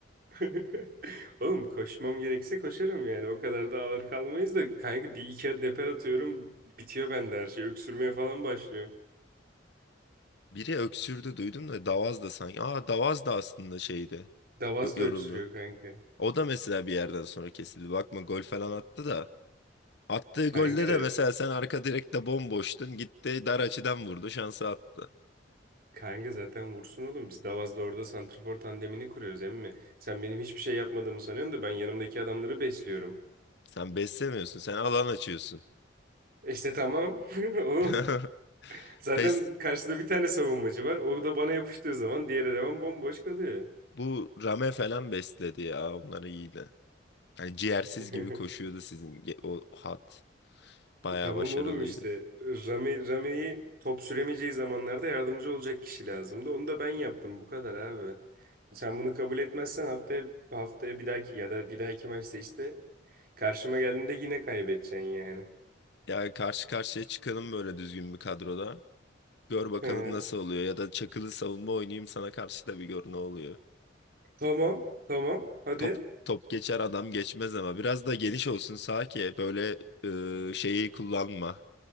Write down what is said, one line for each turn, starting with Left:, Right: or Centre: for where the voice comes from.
Right: <laughs> Oğlum koşmam gerekse koşarım yani. O kadar da ağır kalmayız da kanka bir iki adet deper atıyorum. Bitiyor bende her şey. Öksürmeye falan başlıyorum.
Left: Biri öksürdü duydum da Davaz da sanki. Aa Davaz da aslında şeydi.
Right: Davaz
Left: yo- Yoruldu.
Right: da öksürüyor kanka.
Left: O da mesela bir yerden sonra kesildi. Bakma gol falan attı da. Attığı
Right: Kanka
Left: golde de mesela sen arka direkte bomboştun. Gitti dar açıdan vurdu. Şansı attı.
Right: Kanka zaten vursun oğlum. Biz Davaz'da orada santrafor tandemini kuruyoruz emmi. Sen benim hiçbir şey yapmadığımı sanıyorsun da ben yanımdaki adamları besliyorum.
Left: Sen beslemiyorsun. Sen alan açıyorsun.
Right: İşte tamam. <laughs> Oğlum.
Left: <laughs>
Right: Zaten
Left: Pes
Right: karşıda bir tane savunmacı var. O da bana yapıştığı zaman diğer eleman bomboş kalıyor.
Left: bu Rame falan besledi ya. Onları iyiydi. Yani ciğersiz
Right: <laughs>
Left: gibi koşuyordu sizin ge- o hat. Bayağı
Right: Tamam
Left: başarılıydı.
Right: oğlum işte. Rame, Rame'yi top süremeyeceği zamanlarda yardımcı olacak kişi lazımdı. Onu da ben yaptım. Bu kadar abi. Sen bunu kabul etmezsen haftaya haftaya bir dahaki ya da bir dahaki maçta işte karşıma geldiğinde yine kaybedeceksin yani.
Left: Yani karşı karşıya çıkalım böyle düzgün bir kadroda. Gör bakalım
Right: <laughs>
Left: nasıl oluyor. Ya da çakılı savunma oynayayım sana karşı da bir gör ne oluyor.
Right: Tamam, tamam. Hadi.
Left: Top top geçer adam geçmez ama biraz da geniş olsun sağ ki böyle e, şeyi kullanma.